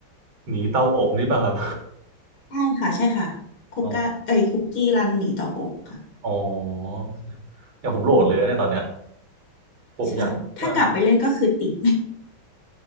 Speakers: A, on the right (about 80°); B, on the left (about 75°).
A: หนีเตาอบนี่ป่ะครับ
B: ใช่ค่ะใช่ค่ะคุกกี้เอ้ยคุกกี้รันหนีต่ออกค่ะ
A: อ๋ออ๋อเนี่ยผมโหลดเลยนะเนี่ยตอนเนี้ย
B: อืม
A: ผมอยากว่าก
B: ใช่ถ้ากลับไปเล่นก็คือติด